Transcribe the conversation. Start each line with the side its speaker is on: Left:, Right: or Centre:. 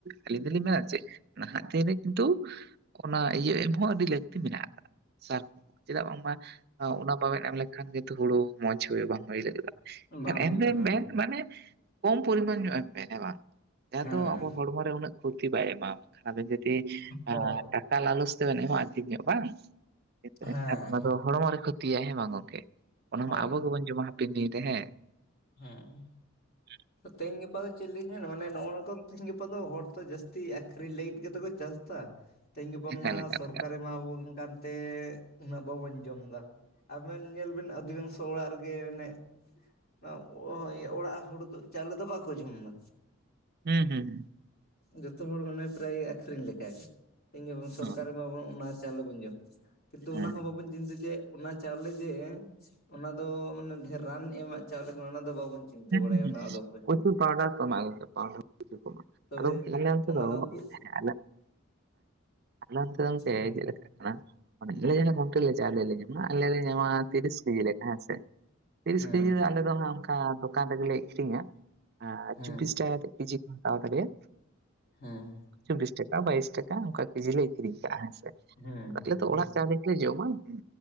Right: ᱟᱹᱞᱤᱧ ᱫᱚᱞᱤᱧ ᱢᱮᱱᱟ ᱡᱮ ᱱᱟᱦᱟᱜ ᱫᱤᱱ ᱨᱮ ᱠᱤᱱᱛᱩ ᱚᱱᱟ ᱤᱭᱟᱹ ᱮᱢ ᱦᱚᱸ ᱟᱹᱰᱤ ᱞᱟᱹᱠᱛᱤ ᱢᱮᱱᱟᱜ ᱟᱠᱟᱫᱟ ᱥᱟᱨ ᱪᱮᱫᱟᱜ ᱵᱟᱝᱢᱟ ᱚᱱᱟ ᱵᱟᱵᱮᱱ ᱮᱢ ᱞᱮᱠᱷᱟᱱ ᱱᱤᱛ ᱦᱩᱲᱩ ᱢᱚᱸᱡᱽ ᱦᱩᱭᱩᱜ ᱵᱟᱝ ᱦᱩᱭ ᱞᱟᱹᱜᱤᱫᱼᱟ ᱾
Left: ᱵᱟᱝ
Right: ᱮᱱ ᱮᱱ
Left: ᱦᱩᱭᱩᱜᱼᱟ
Right: ᱨᱮ <unintelligible>
Left: ᱦᱮᱸ
Right: ᱢᱟᱱᱮ ᱠᱚᱢ ᱯᱚᱨᱤᱢᱟᱱ ᱧᱚᱜ ᱮᱢ ᱢᱮ ᱦᱮᱸ ᱵᱟᱝ ᱡᱟᱦᱟᱸ
Left: ᱦᱮᱸ
Right: ᱫᱚ ᱟᱵᱚ ᱦᱚᱲᱢᱚ ᱨᱮ ᱩᱱᱟᱹᱜ ᱠᱷᱚᱛᱤ ᱵᱟᱭ ᱮᱢᱟ ᱠᱷᱟ ᱟᱵᱮᱱ ᱛᱤ ᱟᱸ
Left: ᱦᱳᱭ
Right: ᱴᱟᱠᱟ ᱞᱟᱞᱚᱥ ᱛᱮᱵᱮᱱ ᱮᱢᱚᱜ-ᱟ ᱴᱷᱤᱠ ᱧᱚᱸᱜ ᱵᱟᱝ ᱠᱤᱱᱛᱩ
Left: ᱦᱮᱸ
Right: ᱮᱱᱠᱷᱟᱱ ᱚᱱᱟ ᱫᱚ ᱦᱚᱲᱢᱚ ᱨᱮ ᱠᱷᱚᱛᱤᱭᱟ ᱦᱮᱸ ᱵᱟᱝ ᱜᱚᱝᱠᱮ ᱚᱱᱟ
Left: ᱦᱳᱭ
Right: ᱢᱟ ᱟᱵᱚ ᱜᱮᱵᱚᱱ ᱡᱚᱢᱟ ᱦᱟᱯᱮᱱ ᱫᱤᱱ ᱨᱮ ᱦᱮᱸ
Left: ᱦᱚᱸ
Right: <unintelligible>
Left: ᱛᱮᱦᱮᱧ ᱜᱟᱯᱟ ᱫᱚ ᱪᱮᱫ ᱞᱤᱧ ᱢᱮᱱᱟ ᱢᱟᱱᱮ ᱱᱚᱜᱼᱚ ᱱᱚᱠᱚᱢ ᱛᱮᱦᱤᱧ ᱜᱟᱯᱟ ᱫᱚ ᱦᱚᱲ ᱫᱚ ᱡᱟᱹᱥᱛᱤ ᱟᱠᱷᱤᱨᱤᱧ ᱞᱟᱹᱜᱤᱫ ᱜᱮᱛᱚ ᱠᱚ ᱪᱟᱥ ᱫᱟ ᱛᱮᱦᱮᱧ ᱜᱟᱯᱟ
Right: ᱮᱠᱟᱞ
Left: ᱢᱟ
Right: ᱮᱠᱟᱞ
Left: ᱥᱚᱨᱠᱟᱨ
Right: ᱮᱠᱟᱞ
Left: ᱨᱮ ᱮᱢᱟ ᱵᱚᱱ ᱠᱟᱱ ᱛᱮ ᱩᱱᱟᱹᱜ ᱵᱟᱵᱚᱱ ᱡᱚᱢ ᱫᱟ ᱟᱵᱮᱱ ᱧᱮᱞ ᱵᱮᱱ ᱚᱫᱷᱤᱟᱝᱥᱚ ᱚᱲᱟᱜ ᱨᱮᱜᱮ ᱚᱱᱮᱜ <unintelligible> ᱦᱳᱭ ᱚᱲᱟᱜ ᱦᱩᱲᱩ ᱫᱚ ᱪᱟᱣᱞᱮ ᱫᱚ ᱵᱟᱠᱚ ᱡᱚᱢᱫᱟ
Right: ᱦᱩᱸ ᱦᱩᱸ
Left: ᱡᱚᱛᱚ ᱦᱚᱲ ᱢᱟᱱᱮ ᱯᱨᱟᱭ ᱜᱮ ᱟᱹᱠᱷᱤᱨᱤᱧ ᱞᱮᱠᱟ ᱜᱮ ᱤᱧ ᱜᱮᱵᱚᱱ ᱥᱚᱨᱠᱟᱨᱮ
Right: ᱦᱩᱸ
Left: ᱮᱢᱟ ᱵᱚᱱ ᱚᱱᱟ ᱪᱟᱣᱞᱮ ᱵᱚᱱ ᱡᱚᱢ ᱫᱟ ᱠᱤᱱᱛᱩ
Right: ᱦᱮᱸ
Left: ᱚᱱᱟ ᱦᱚᱸ ᱵᱟᱵᱚᱱ <unintelligible> ᱚᱱᱟ ᱪᱟᱣᱞᱮ ᱜᱮ ᱚᱱᱟ ᱫᱚ ᱢᱟᱱᱮ ᱰᱷᱮᱨ ᱨᱟᱱ ᱮᱢᱟᱜ ᱪᱟᱣᱞᱮ ᱠᱟᱱᱟ ᱚᱱᱟ ᱫᱚ ᱵᱟᱵᱚᱱ ᱪᱤᱱᱛᱟᱹ
Right: ᱦᱩᱸ
Left: ᱵᱟᱲᱟᱭᱟ
Right: ᱦᱩᱸ
Left: ᱚᱱᱟ ᱫᱚ ᱚᱠᱚᱭ
Right: ᱯᱨᱚᱪᱩᱨ
Left: ᱦᱚᱸ
Right: ᱯᱟᱣᱰᱟᱨ ᱠᱚ ᱮᱢᱟᱜ-ᱟ ᱜᱚᱢᱠᱮ ᱯᱟᱣᱰᱟᱨ ᱯᱨᱚᱪᱩᱨ ᱠᱚ ᱮᱢᱟᱜ-ᱟ
Left: ᱛᱚᱵᱮ
Right: ᱟᱫᱚ ᱜᱚᱝᱠᱮ ᱚᱱᱮ ᱚᱱᱛᱮ
Left: ᱚᱱᱟ
Right: ᱫᱚ
Left: ᱠᱚ
Right: ᱦᱮᱸ <unintelligible> ᱟᱞᱮ ᱚᱱᱛᱮ ᱫᱚ ᱜᱚᱢᱠᱮ
Left: ᱦᱮᱸ
Right: ᱡᱮᱞᱮᱠᱟ ᱚᱱᱟ ᱚᱱᱮ ᱞᱟᱭᱹᱟᱭᱟᱵᱚᱱ ᱴᱷᱮᱞᱤᱭᱟ. ᱪᱟᱞ ᱟᱞᱮ ᱞᱮ ᱧᱟᱢᱟ ᱟᱞᱮ ᱞᱮ ᱧᱟᱢᱟ ᱛᱤᱨᱤᱥ ᱠᱮᱡᱤ ᱦᱮᱸ ᱥᱮ ᱛᱤᱨᱤᱥ
Left: ᱦᱮᱸ
Right: ᱠᱮᱡᱤ ᱟᱞᱮ ᱫᱚ ᱦᱟᱸᱜ ᱚᱱᱠᱟ ᱾ ᱦᱟᱸ ᱫᱚᱠᱟᱱ ᱨᱮᱜᱮ ᱞᱮ ᱤᱠᱷᱤᱨᱤᱧᱟ ᱟᱨ
Left: ᱦᱮᱸ
Right: ᱪᱚᱵᱽᱵᱤᱥ ᱴᱟᱠᱟ ᱠᱟᱛᱮ ᱠᱮᱡᱤ ᱠᱚ ᱦᱟᱛᱟᱣ ᱛᱟᱞᱮᱭᱟ
Left: ᱦᱮᱸ
Right: ᱪᱚᱵᱽᱵᱤᱥ ᱴᱟᱠᱟ ᱵᱟᱭᱤᱥ ᱴᱟᱠᱟ ᱚᱱᱠᱟ ᱠᱮᱡᱤ ᱞᱮ ᱤᱠᱷᱤᱨᱤᱧ ᱠᱟᱜᱼᱟ ᱦᱮᱸ ᱥᱮ
Left: ᱦᱮᱸ
Right: ᱟᱞᱮ ᱫᱚ
Left: ᱦᱮᱸ
Right: ᱚᱲᱟᱜ ᱪᱟᱣᱞᱮ ᱞᱮ ᱡᱚᱢᱟ ᱦᱩᱸ